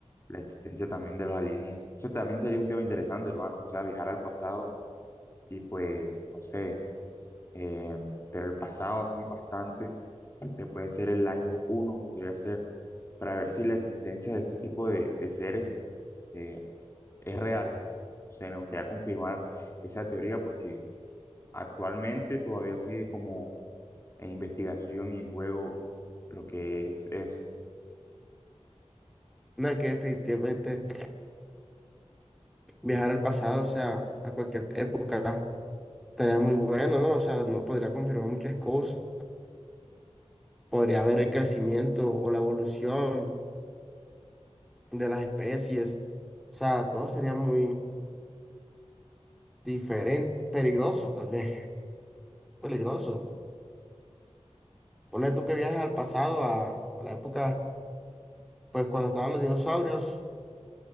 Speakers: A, on the left (about 25°); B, in the centre.
A: la existencia también de los alienígenas. Eso también sería un tema interesante, hermano. O sea, viajar al pasado y pues, no sé, eh, pero el pasado sí bastante, o sea, puede ser el año uno, podría ser, para ver si la existencia de este tipo de, de seres eh, es real. O sea, me gustaría confirmar esa teoría porque actualmente todavía sigue como en investigación y en juego lo que es eso.
B: No, es que definitivamente viajar al pasado, o sea, a cualquier época, estaría muy bueno, ¿no? O sea, no podría confirmar muchas cosas, podría ver el crecimiento o la evolución de las especies, o sea, todo sería muy diferente, peligroso también, <laughs> peligroso. Ponle tú que viajes al pasado, a, a la época, pues cuando estaban los dinosaurios,